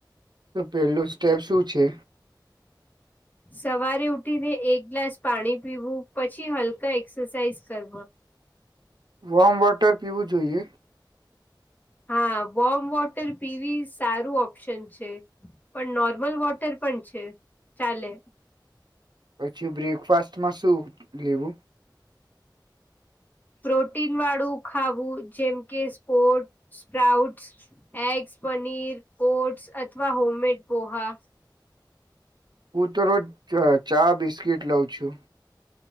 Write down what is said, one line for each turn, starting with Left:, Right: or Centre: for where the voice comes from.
Right: તો પેલું સ્ટેપ શું છે?
Left: સવારે ઉઠીને એક ગ્લાસ પાણી પીવું પછી હલકા એક્સરસાઇઝ કર
Right: વોર્મ વોટર પીવું જોઈએ.
Left: હા બોમ્બ વોટર પીવી સારું ઓપ્શન છે. પણ નોર્મલ વોટર પણ છે ચાલે.
Right: પછી બ્રેકફાસ્ટમાં શું લેવું?
Left: પ્રોટીન વાળું ખાવું જેમ કે spot, sprout. Eggs, paneer, oats અથવા હોમ મેડ પોહા.
Right: હું તો રોજ ચા બિસ્કીટ લઉ છું.